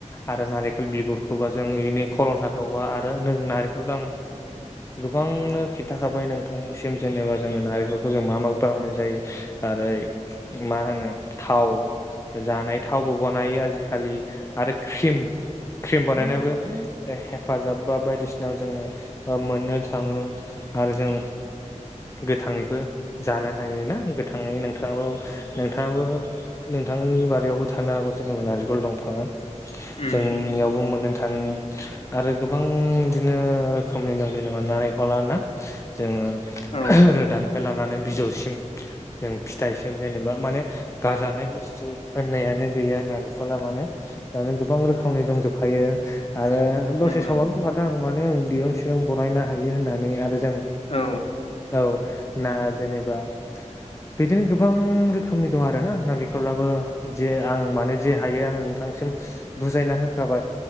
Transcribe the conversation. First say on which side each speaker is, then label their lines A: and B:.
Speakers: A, on the left; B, on the left.
A: आरो नारेखल बिगुरखौबा जों इनि खल'थाखोबो आरो नों नारेखलदो आं गोबांनो खिन्थाखा बाय नोंथांनिसिम जेनेबा जोङो नारेखलखौ जों मा माव बावनाय जायो आरो मा होनो थाव जानाय थावबो बनायो आजिखालि आरो क्रिम क्रिम बानायनायावबो ओ हेफाजाब बा बायदिसिनायाव ओ जोङो मोननो थाङो। आरो जों गोथाङैबो जानो हायोना गोथाङै नोंथाङाबो नों थाङाबो नोंथांनि बारियावबो थानो हागौ जेनेबा नारिखल दंफाङा जोंनियावबो
B: उम
A: मोननो थाङो आरो गोबां इदिनो रोखोमनि दं जेनेबा नारेखला ना? जोङो <inaudible>
B: औ उम
A: रोदान खौ लानानै बिजौसिम जों फिथाइसिम जेनेबा माने गारजानाय बुस थु होननायानो गैया नारेखला माने दा बे गोबां रोखोमनि दंजोब खायो आरो दसे
B: नंगौ नंगौ
A: समाव बुंखादो आं माने आं दिरुं सिरुं बरायनो हायो होननानै आरो जों
B: औ
A: औ ना जेनेबा बिदिनो गोबां रोखोमनि दं आरोना नारे खलाबो जे आं माने जे हायो आं नोंथांसिम बुजायना होखाबाय।